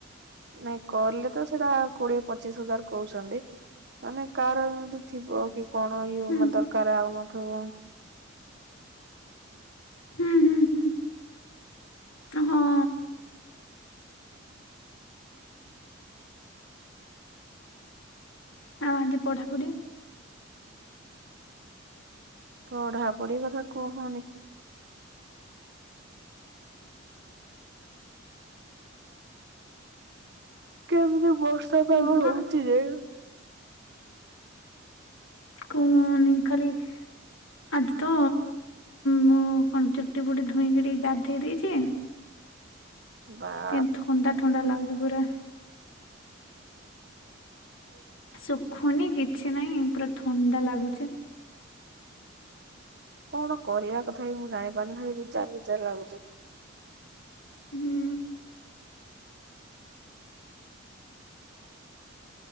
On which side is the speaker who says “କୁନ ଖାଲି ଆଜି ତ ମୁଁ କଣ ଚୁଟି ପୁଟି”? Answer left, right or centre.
Left